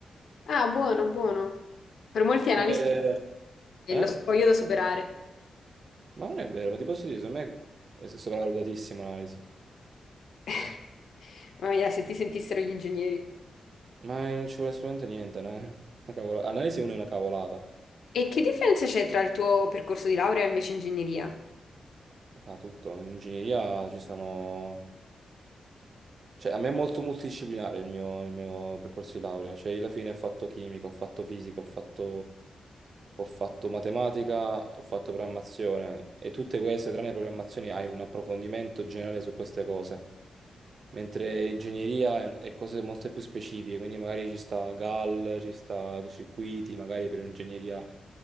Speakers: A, on the left; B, on the right.
A: Ah, buono, buono. Per molti analisti
B: Pure-
A: è
B: Eh?
A: lo scoglio da superare.
B: Ma non è vero, ma ti posso dire, secondo me è sopravvalutatissima l'analisi.
A: <laughs> Mamma mia, se ti sentissero gli ingegneri.
B: Ma eh, non ci vuole assolutamente niente, no? È una cavola- Analisi 1 è una cavolata.
A: E che differenza c'è tra il tuo percorso di laurea e invece ingegneria?
B: Ah, tutto. In ingegneria ci sono Cioè, a me è molto multidisciplinare il mio, il mio percorso di laurea, cioè io alla fine ho fatto chimica, ho fatto fisica, ho fatto, ho fatto matematica, ho fatto programmazione e tutte queste, tranne le programmazioni, hai un approfondimento generale su queste cose, mentre ingegneria è, è cose molto più specifiche, quindi magari ci sta GAL, ci sta circuiti, magari per un'ingegneria